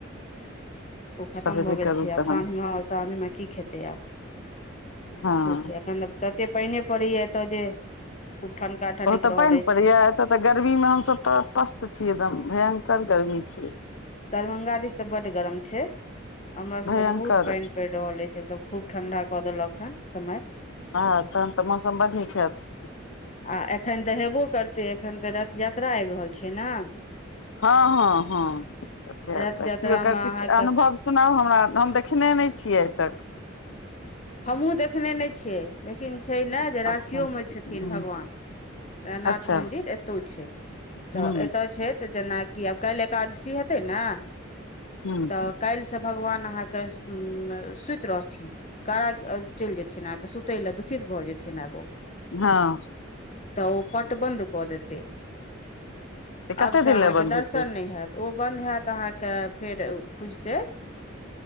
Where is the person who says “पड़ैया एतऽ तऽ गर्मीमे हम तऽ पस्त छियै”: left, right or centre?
Left